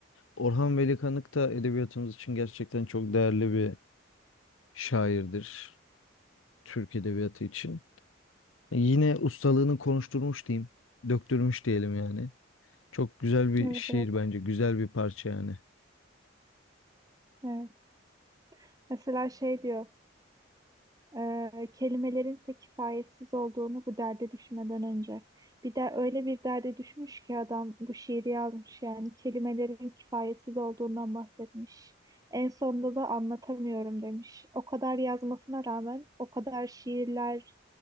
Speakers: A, on the left; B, on the right.
A: Orhan Veli Kanık da edebiyatımız için gerçekten çok değerli bir şairdir. Türk edebiyatı için. E, Yine ustalığını konuşturmuş diyeyim. Döktürmüş diyelim yani. Çok güzel bir
B: Evet,
A: şiir
B: evet.
A: bence. Güzel bir parça yani.
B: Evet. Mesela şey diyor, e, kelimelerin ise kifayetsiz olduğunu bu derde düşmeden önce. Bir de öyle bir derde düşmüş ki adam bu şiiri yazmış yani kelimelerin kifayetsiz olduğundan bahsetmiş. En sonunda da anlatamıyorum demiş. O kadar yazmasına rağmen, o kadar şiirler,